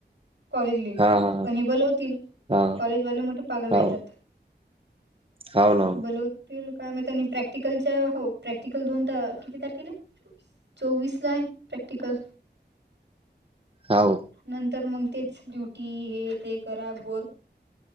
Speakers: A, on the right (about 75°); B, on the right (about 30°).
A: कॉलेजले
B: हा हा
A: पण हे बोलवतील
B: हा हा,
A: कॉलेजवाले मोठे पागल
B: हाव
A: राहतात
B: हाव ना
A: बोलव तील काय माहिती प्रॅक्टिकलच्या हो प्रॅक्टिकल दोन किती तारखेला हाय? चोवीस ला आहे प्रॅक्टिकल
B: हाव.
A: नंतर मग तेच ड्युटी हे ते करा बोर